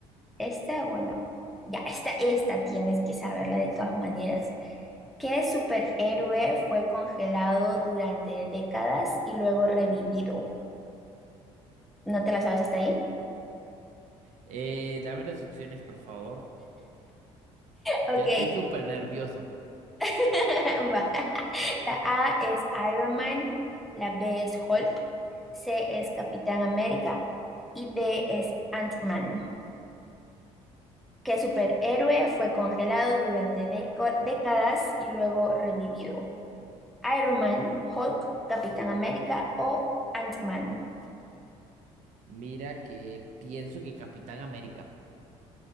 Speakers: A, in the centre; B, on the right.
A: Esta, bueno, ya, esta, esta tienes que saberla de todas maneras. ¿Qué superhéroe fue congelado durante décadas y luego revivido? ¿No te la sabes hasta ahí?
B: Eh, dame las opciones, por favor.
A: Ok,
B: Ya estoy súper nervioso.
A: <laughs> va. La A es Iron Man, la B es Hulk, C es Capitán América y D es Ant-Man. ¿Qué superhéroe fue congelado durante deco- décadas y luego revivido? Iron Man, Hulk, Capitán América o Ant-Man.
B: Mira que pienso que Capitán América.